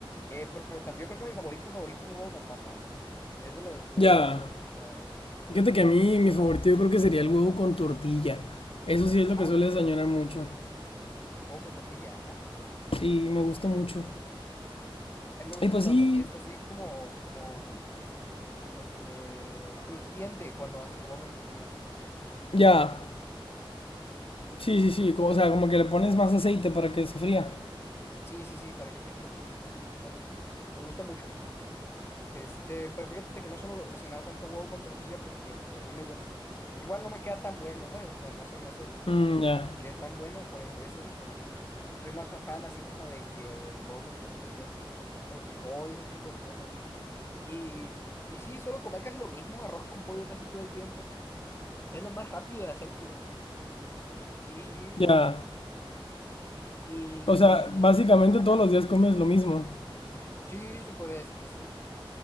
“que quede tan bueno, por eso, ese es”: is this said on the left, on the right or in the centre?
Left